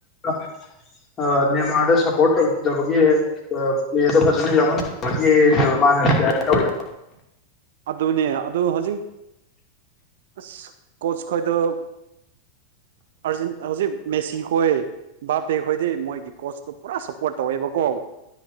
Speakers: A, on the left (about 25°); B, on the right (about 55°).
A: <inaudible> ꯅꯦꯃꯥꯗ ꯁꯞꯄꯣꯔꯠ ꯇꯧꯗꯕꯒꯤ ꯑꯥ ꯄ꯭ꯂꯦꯗꯣ ꯐꯖꯅ ꯌꯥꯎꯍꯟꯅꯤꯡꯒꯦꯅꯦꯕ ꯃꯥꯥꯟꯅ ꯀ <inaudible> ꯑ ꯇꯧꯔꯤꯗꯣ
B: ꯑꯗꯨꯅꯦ ꯑꯗꯨ ꯍꯣꯖꯤꯛ ꯑꯁ ꯀꯣꯆ ꯈ꯭ꯣꯏꯗ ꯑꯔꯖꯤꯟ ꯍꯧꯖꯤꯛ ꯃꯦꯁꯤꯈꯣꯏ ꯕꯥꯄꯦ ꯍꯣꯏꯗꯤ ꯃꯣꯏꯒꯤ ꯀꯣꯆꯇꯨ ꯄꯨꯔꯥ ꯁꯞꯄꯣꯔꯠ ꯇꯧꯋꯦꯕꯀꯣ